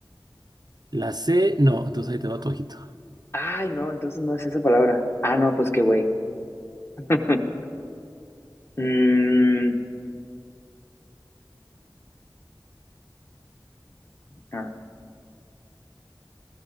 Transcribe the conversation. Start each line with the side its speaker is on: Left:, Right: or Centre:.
Right: La C no, entonces ahí te va tu ojito.
Left: Ay, no, entonces no es esa palabra. Ah, no, pues qué güey. <laughs> Mm, ah,